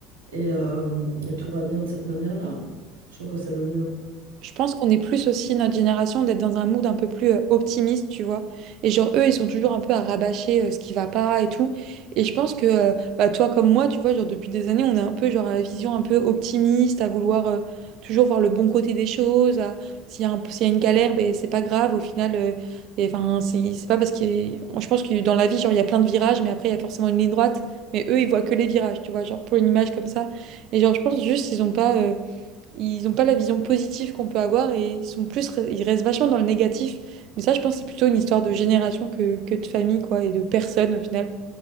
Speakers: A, on the right (about 70°); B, on the right (about 50°).
A: et, euh, et tout va bien de cette manière-là. Je trouve que c'est le mieux.
B: Je pense qu'on est plus aussi notre génération d'être dans un mood un peu plus euh, optimiste, tu vois. Et genre, eux, ils sont toujours un peu à rabâcher euh, ce qui va pas et tout. Et je pense que, euh, bah, toi comme moi, tu vois, genre, depuis des années, on est un peu, genre, à la vision un peu optimiste, à vouloir euh, toujours voir le bon côté des choses. à- S'il y a un- s'il y a une galère, ben, c'est pas grave. Au final, euh, et, enfin, c'est c'est pas parce que. Je pense que dans la vie, genre, il y a plein de virages, mais après, il y a forcément une ligne droite. Mais eux, ils voient que les virages, tu vois, genre, pour une image comme ça. Et genre, je pense juste, ils ont pas. euh, ils n'ont pas la vision positive qu'on peut avoir et ils sont plus, ils restent vachement dans le négatif. Mais ça, je pense, que c'est plutôt une histoire de génération que, que de famille, quoi, et de personne au final.